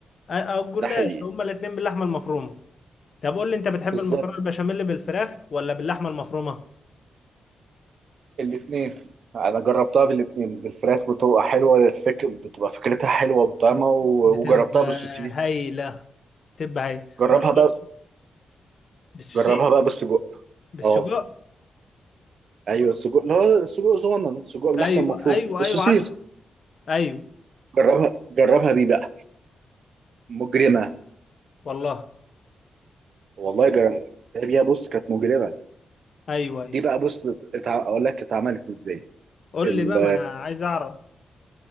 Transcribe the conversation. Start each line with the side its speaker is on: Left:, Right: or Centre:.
Left: آه، او الجلاش
Right: ده حقيقي
Left: هما الاثنين باللحمه المفرومه طب قول لي انت بتحب
Right: بالظبط
Left: المكرونه البشاميل بالفراخ ولا باللحمه المفرومه
Right: الاثنين انا جربتها بالاثنين بالفراخ بتبقى حلوه الفكر بتبقى فكرتها حلوه وطعمه
Left: بت-
Right: و-
Left: بتبقى
Right: وجربتها بالسوسيس
Left: هايله بتبقى هايله
Right: جربها
Left: جربتها
Right: بقى
Left: بالسوسيس
Right: جربها بقى بالسجق
Left: بالسجق
Right: اه ايوه السجق اللي هو السجق صغنن سجق باللحمه
Left: ايوه
Right: المفرومه
Left: ايوه
Right: السوسيس
Left: ايوه عارفه ايوه
Right: جربها جربها بيه بقى مجرمه
Left: والله
Right: والله جربها بيها بص كانت مجرمه
Left: ايوه ايوه
Right: دي بقى بص اتع- اقول لك اتعملت ازاي
Left: قول
Right: ال-
Left: لي بقى ما انا عايز اعرف